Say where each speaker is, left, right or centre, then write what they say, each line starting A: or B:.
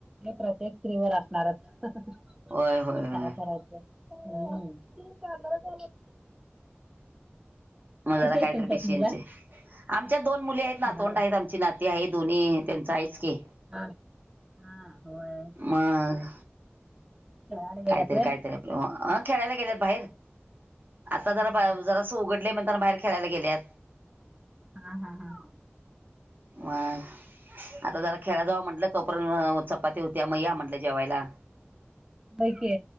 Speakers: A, on the right; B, on the right.
A: ते प्रत्येक स्त्रीवर असणारच काय
B: होय होय होय
A: करायचं हम्म. <unintelligible>
B: मजाला
A: किती आहेत
B: काहीतरी
A: तुमच्यात
B: बेशींचे
A: मुलं?
B: आमच्या दोन मुली आहेत नातोंड
A: हा.
B: आहेत आमची नाती आहे दोन्ही त्यांच आहेच की.
A: हा हा होय.
B: मंग.
A: खेळायला गेल्यात
B: काहीतरी
A: व्हय.
B: कायतरी आपल्या अ खेळायला गेल्यात बाहेर आता
A: हा
B: जरा
A: हा
B: जरास उघडले म त्यांना बाहेर खेळायला गेलेत.
A: हा हा हा.
B: मग. आता जला खेड जाव म्हटलं तोपर्यंत चपाती होती मग या म्हटले जेवायला.
A: होय की.